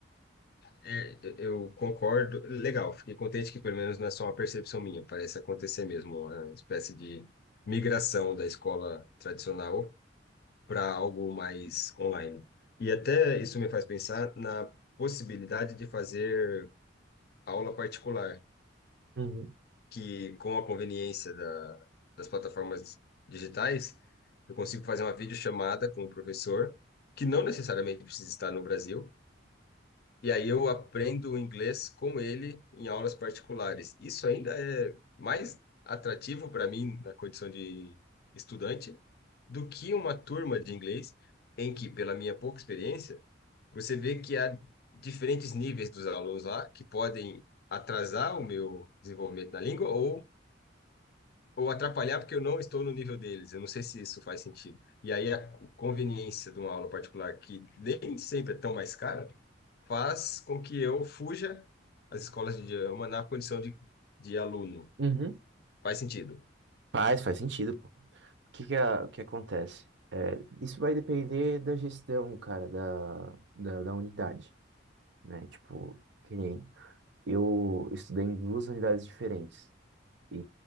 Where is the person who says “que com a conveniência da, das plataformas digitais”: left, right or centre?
Left